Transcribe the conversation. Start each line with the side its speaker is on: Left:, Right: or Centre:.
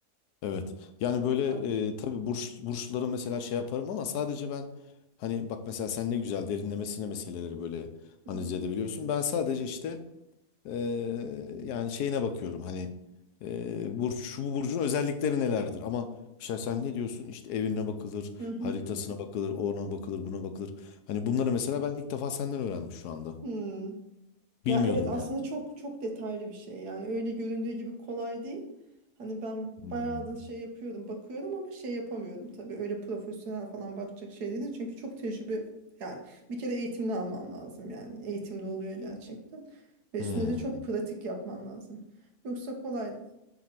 Left: evet. Yani böyle
Right: Bakma.
Left: e, tabii burç burçları mesela şey yaparım ama sadece ben hani bak mesela sen ne güzel derinlemesine meseleleri böyle analiz
Right: Hı hı.
Left: edebiliyorsun. Ben sadece işte Eee, yani şeyine bakıyorum hani eee burç, şu bu burcun özellikleri nelerdir ama mesela sen ne diyorsun işte evine bakılır
Right: Hı hı.
Left: haritasına bakılır ona bakılır buna bakılır hani bunları mesela ben ilk defa senden öğrendim şu anda
Right: Hmm.
Left: bilmiyordum
Right: Ya evet aslında
Left: yani.
Right: çok çok detaylı bir şey yani öyle göründüğü gibi kolay değil. Hani ben
Left: Hmm.
Right: bayağı da şey yapıyordum bakıyorum ama şey yapamıyordum tabii öyle profesyonel falan bakacak şey değil çünkü çok tecrübe yani bir kere eğitimli alman lazım yani eğitimli oluyor gerçekten ve
Left: Hmm.
Right: üstüne de çok pratik yapman lazım. Yoksa kolay